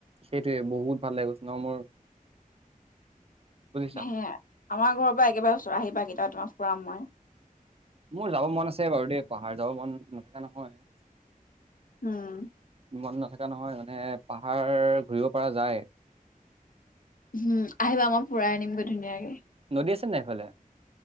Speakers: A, on the right; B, on the left.
A: সেইটোৱে বহুত ভাল লাগে কৈছো নহয় মোৰ। বুজিছা
B: সেয়াই আমাৰ ঘৰৰ পৰা একেবাৰে ওচৰ আহিবা কেতিয়াবা ফুৰাম মই।
A: মোৰ যাব মন আছে বাৰু দেই, পাহাৰ যাব মন নথকা নহয়।
B: উম।
A: মন নথকা নহয় মানে পাহাৰ ঘূৰিব পৰা যায়।
B: উম আহিবা আমাৰ ফুৰাই আনিমগৈ ধুনীয়াকে।
A: নদী আছে নাই সেইফালে?